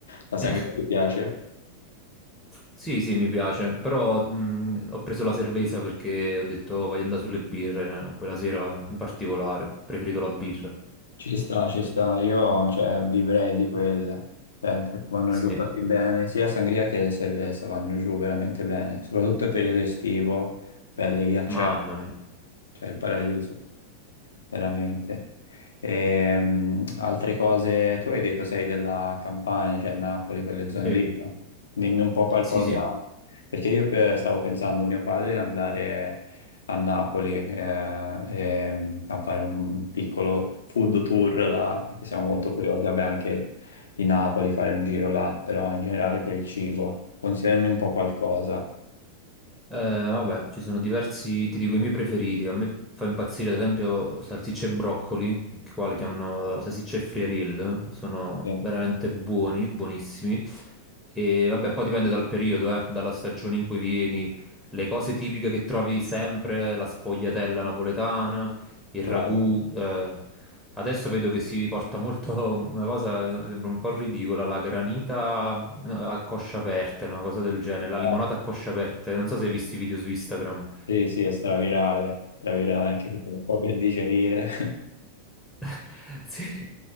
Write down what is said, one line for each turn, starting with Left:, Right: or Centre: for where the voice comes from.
Left: La sangria
Centre: Eh,
Left: ti piace?
Centre: Sì, sì, mi piace, però mh, ho preso la cerveza perché ho detto "Oh, voglio andare sulle birre, eh, quella sera in particolare, ho preferito la birra.
Left: Ci sta, ci sta. Io, cioè, vivrei di quelle. Cioè, vanno
Centre: Sì,
Left: giù così bene. Sia sangria che le cerveza vanno giù veramente bene. Soprattutto il periodo estivo, belle ghiacciate.
Centre: mamma mia.
Left: Cioè, il paradiso. veramente. Ehm, altre cose, tu hai detto sei della Campania, cioè Napoli, quelle zone
Centre: Sì,
Left: lì, no? Dimmi un po' qualcosa,
Centre: sì, sì.
Left: perché io pe- stavo pensando, mio padre, di andare a Napoli eh, ehm, a fare un piccolo food tour là, perché siamo molto curiosi, vabbè, anche di Napoli fare un giro là, però in generale per il cibo. Consigliami un po' qualcosa.
Centre: Eh, vabbè, ci sono diversi, ti dico i miei preferiti. A me fa impazzire, ad esempio, salsicce e broccoli, che qua le chiamano salsicce e friariel. Sono
Left: Sì,
Centre: veramente buoni, buonissimi. E vabbè, poi dipende dal periodo, eh, dalla stagione in cui vieni. Le cose tipiche che trovi sempre, la sfogliatella napoletana, il
Left: classico.
Centre: ragù. eh. Adesso vedo che si porta molto <laughs> una cosa, eh, sembra un po' ridicola, la granita No, A coscia aperta, una cosa del genere. La limonata
Left: Ah.
Centre: a coscia aperta. Non so se hai visto i video su Instagram.
Left: Sì, sì, è stravirale, stravirale anche per- un po' per digerire.
Centre: <laughs> Sì.